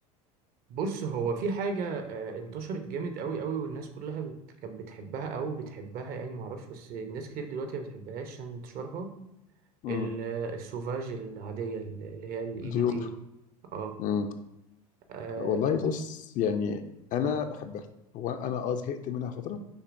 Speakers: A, on the right; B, on the left.
A: بص هو في حاجة آه انتشرت جامد قوي قوي والناس كلها بت... كانت بتحبها او بتحبها يعني معرفش بس ناس كتير دلوقتي ما بتحبهاش عشان انتشارها
B: امم
A: ال- آه، السوفاج العادية اللي هي الاي دي
B: ديور
A: بي اه
B: امم
A: آه،
B: والله بص يعني انا
A: مم،
B: بحبها هو انا اه زهقت منها فتره